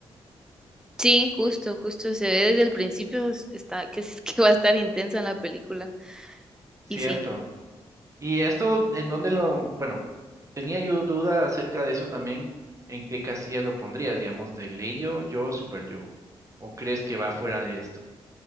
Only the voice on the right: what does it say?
¿cierto?
Y esto, ¿en dónde lo...? Bueno, tenía yo duda acerca de eso también, ¿en qué casilla lo pondrías? Digamos, de ley yo, yo, super yo. ¿O crees que va fuera de esto?